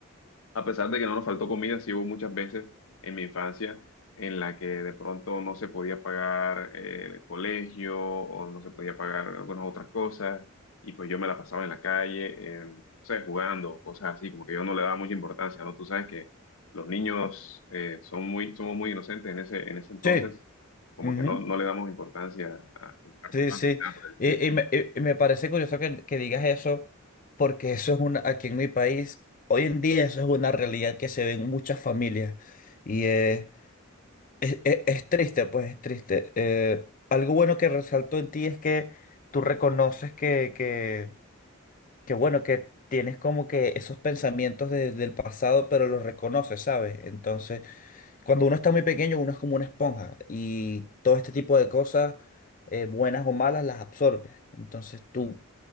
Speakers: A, on the left (about 75°); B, on the left (about 40°).
A: a pesar de que no nos faltó comida, sí hubo muchas veces en mi infancia en la que de pronto no se podía pagar eh, el colegio o no se podía pagar algunas otras cosas y pues yo me la pasaba en la calle, eh, no sé, jugando, cosas así, como que yo no le daba mucha importancia, ¿no? Tú sabes que los niños eh, son muy, somos muy inocentes en ese, en ese entonces,
B: Sí.
A: como
B: ujú.
A: que no, no le damos importancia a a buscar
B: Sí,
A: trabajo
B: sí.
A: ni nada por el estilo,
B: Y, y
A: ¿no?
B: me, y- y me parece curioso que, que digas eso, porque eso es una, aquí en mi país, hoy en día eso es una realidad que se ve en muchas familias. Y eh, es, es- es triste, pues es triste. Eh, algo bueno que resalto en ti es que tú reconoces que, que, que bueno, que tienes como que esos pensamientos de- del pasado, pero los reconoces, ¿sabes? Entonces cuando uno está muy pequeño, uno es como una esponja y todo este tipo de cosas, eh, buenas o malas, las absorbes. Entonces tú